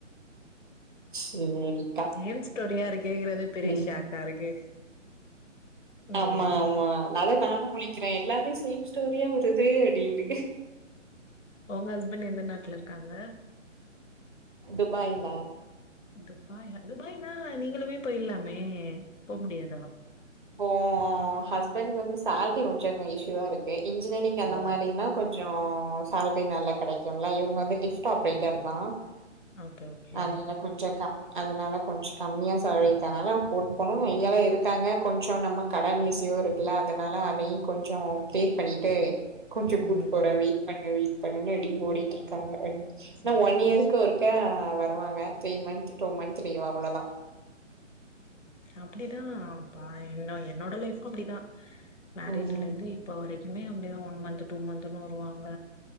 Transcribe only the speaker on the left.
சேம் ஸ்டோரியா இருக்கு கேக்குற பெரிய
ஷாக்கா இருக்கு ம்
அ உங்க ஹஸ்பண்ட் எந்த நாட்டுல இருக்காங்க
துபாயா துபாய்னா நீங்களுமே போயிடலாமே போக முடியாதா
ஓ
ம்
ஓகே ஓகே
ம்
சரி
சரி
சரி
அப்படிதான்ப்பா என்ன என்னோட லைஃப்ம் அப்படிதா மேரேஜ்ல
இருந்து இப்ப வரைக்குமே அப்படிதா ஒன் மந்த் டூ மந்த்ன்னு வருவாங்க